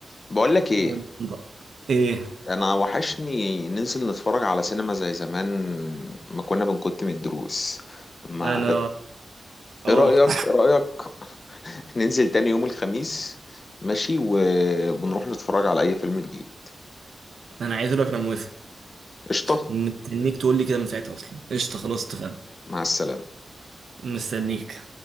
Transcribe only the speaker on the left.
بقول لك إيه
انا وحشني ننزل نتفرج على سينما زي زمان ما كنا بنكت من الدروس ما
ايه رأيك إيه رأيك ننزل تاني يوم الخميس ماشي و... ونروح نتفرج على اي فيلم جديد
قشطة
مع السلامة